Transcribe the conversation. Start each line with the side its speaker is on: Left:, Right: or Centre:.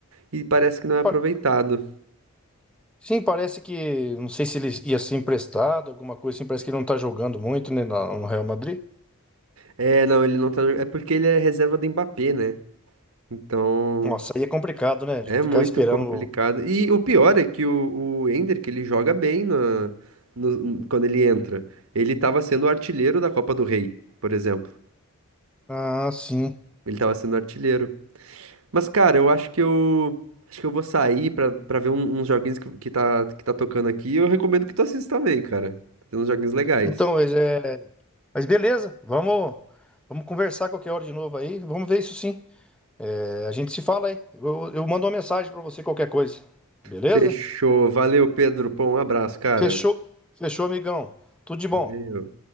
Right: E parece que não é aproveitado.
Centre: Pa- Sim, parece que, não sei se ele ia ser emprestado, alguma coisa assim, parece que ele não tá jogando muito, né, na- no Real Madrid.
Right: É, não, ele não tá. É porque ele é reserva do Mbappé, né? Então
Centre: Nossa, aí é complicado, né? de
Right: é
Centre: Ficar
Right: muito
Centre: esperando.
Right: complicado. E o pior é que o, o Ender, que ele joga bem na, no- quando ele entra. Ele tava sendo o artilheiro da Copa do Rei, por exemplo.
Centre: Ah, sim.
Right: Ele tava sendo artilheiro. Mas, cara, eu acho que eu. Acho que eu vou sair pra, pra ver um- uns joguinhos que, que, tá, que tá tocando aqui. Eu recomendo que tu assista também, cara. Tem uns joguinhos legais.
Centre: Então, mas, é... mas beleza, vamos, vamos conversar qualquer hora de novo aí, vamos ver isso sim. A gente se fala aí. Eu, eu mando uma mensagem pra você qualquer coisa. Beleza?
Right: Fechou. Valeu, Pedro. Pô, um abraço, cara.
Centre: Fechou, fechou, amigão. Tudo de bom.
Right: Valeu.